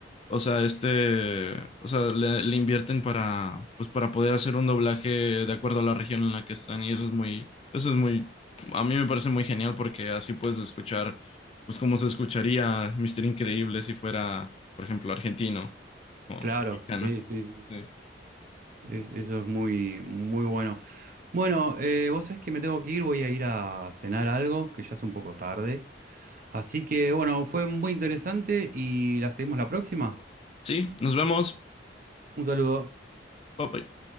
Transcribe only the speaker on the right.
Claro,
sí, sí, sí.
Es- eso es muy, muy bueno. Bueno, eh, vos sabés que me tengo que ir, voy a ir a cenar algo, que ya es un poco tarde. Así que bueno, fue muy interesante y la seguimos la próxima.
Un saludo.